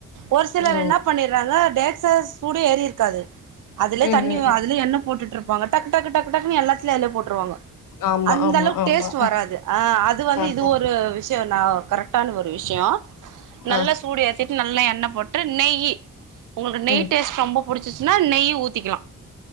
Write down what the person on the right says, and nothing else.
ஒரு சிலர்
என்ன பண்ணி ருவாங்க தேக்சால சூடே ஏறி இருக்காது அதுலே
தண்ணி
அதுலே எண்ணெய் போட்டுட்டு இருப் பாங்க டக்கு டக்கு டக்கு டக்குனு எல்லாத்துலயும் அதுல போட்டு ருவாங்க
அந்த
அளவுக்கு
டேஸ்ட் வராது அ அது வந்து
இது ஒரு விஷய நா கரெக்டான ஒரு விஷயோ நல்ல
சூடு ஏத்தி நல்ல எண்ணெ போட்டு நெய்யி உங்களுக்கு நெய்
டேஸ்ட் ரொம்ப புடிச்சச்சுன்னா நெய் ஊத்திக்கலா